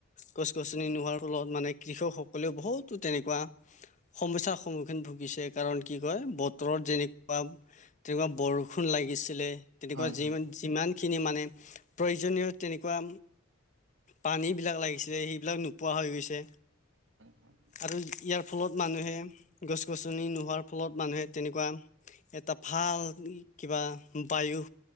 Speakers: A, on the left; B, on the right.
A: গছ-গছনি নোহোৱাৰ ফলত মানে কৃষকসকলেও বহুতো তেনেকুৱা- সমস্যাৰ সন্মুখীন ভুগিছে কাৰণ কি কয় বতৰত যেনেকুৱা তেনেকুৱা বৰষুণ লাগিছিলে। তেনেকুৱা
B: হয় হয়
A: যিমান
B: হয়
A: যিমানখিনি মানে, প্ৰয়োজনীয় তেনেকুৱা পানীবিলাক লাগিছিলে সেইবিলাক নোপোৱা হৈ গৈছে।
B: হয়।
A: আৰু ইয়াৰ ফলত মানুহে, গছ-গছনি নোহোৱাৰ ফলত মানুহে তেনেকুৱা। এটা ভাল কিবা বায়ু।